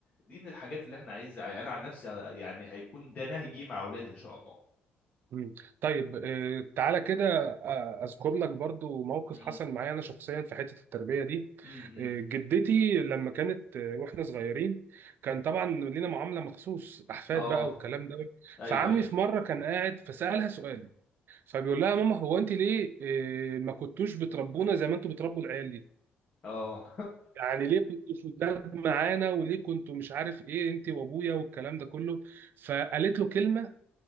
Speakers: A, on the left (about 30°); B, on the right (about 60°).
A: دي من الحاجات اللي احنا عايزها انا عن نفسي يعني هيكون ده نهجي مع اولادي ان شاء الله
B: مم. طيب آه، تعالى كده آه، اذكر لك برضو موقف
A: امم
B: حصل معايا انا شخصيا في حته التربيه دي
A: امم
B: آه، جدتي لما كانت آه، واحنا صغيرين كان طبعا لينا معامله مخصوص احفاد
A: اه
B: بقى والكلام ده
A: ايوه
B: فعمي
A: ايوه
B: في مره كان قاعد فسالها سؤال فبيقول لها يا ماما هو انت ليه آه، ما كنتوش بتربونا زي ما انتوا بتربوا العيال دي
A: اه
B: يعني ليه كنتوا شداد معانا وليه كنتوا مش عارف ايه انت وابويا والكلام ده كله فقالت له كلمه